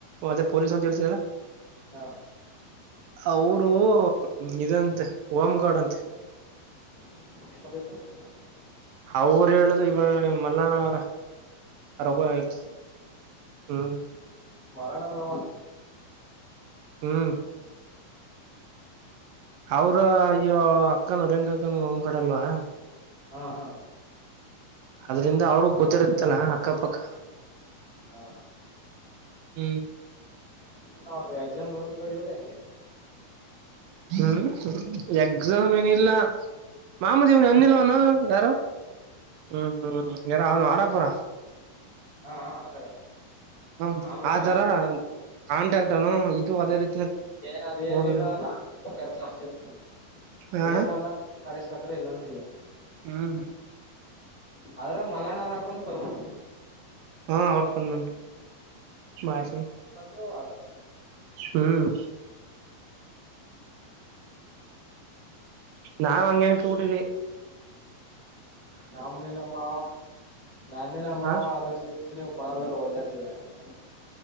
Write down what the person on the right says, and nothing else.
ಮತ್ತೆ ಪೊಲೀಸ್ ಅಂತೇಳ್ತಿದಲ್ಲ
ಅವ್ರೂ ಓ ಇದಂತೆ ಓಮ್ಗಾರ್ಡ್ ಅಂತೆ
ಅವರು ಹೇಳುದು ಇವ ಮಲ್ಲಾಣ. <unintelligible> ಅ ರೋವ್ವಾ ಹೇಳ್ದ್ ಹ್ಮ.
ಹ್ಮ್ ಅವ್ರ ಅಯ್ಯೋ ಅಕ್ಕನ <unintelligible> ಒಮ್ಗಡ ಅಲ್ವಾ.
ಅದ್ರಿಂದ ಅವ್ರೂ ಗೊತ್ತಿರುತ್ತಲ್ಲ
ಅಕ್ಕಪಕ್ಕ
ಹ್ಮ್
ಹ್ಮ್ ಹುಂ ಎಕ್ಸಾಮ್ ಏನಿಲ್ಲ ಮಾಮದಿ ಇವ್ನು ಅನ್ನಿಲ್ವನು ಯಾರು ಹ್ಮ್ ಹ್ಮ್ ಯಾರ ಅವನು ಆರಪುರ.
ಹ
ಆ
ಜರ ಕಾಂಟ್ಯಾಕ್ಟ್ ಅನ್ನು ಇದು ಅದೇ ರೀತಿ.
ಹೋಗಿರ
ಹ
ಹ್ಮ್
ಹಾ ಅವ್ರ ಪಣಂಟು ಮಹೇಸಣ್ಣ
ಹ್ಮ್ ನಾನು ಹಂಗೆ ಅನ್ಕಬುಟಿದ್ದೆ
ಹ